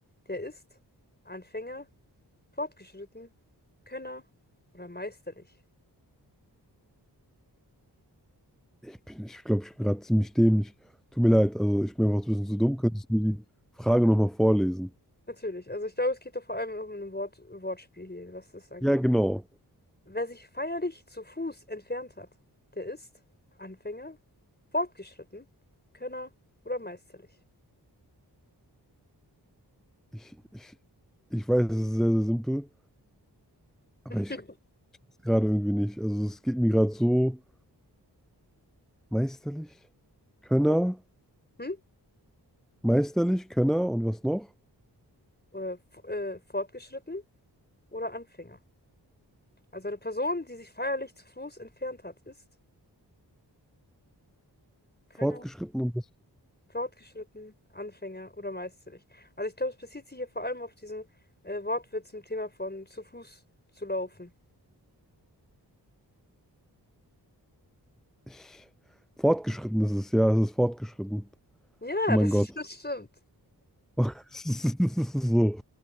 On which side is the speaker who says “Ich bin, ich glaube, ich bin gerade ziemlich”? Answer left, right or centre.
Centre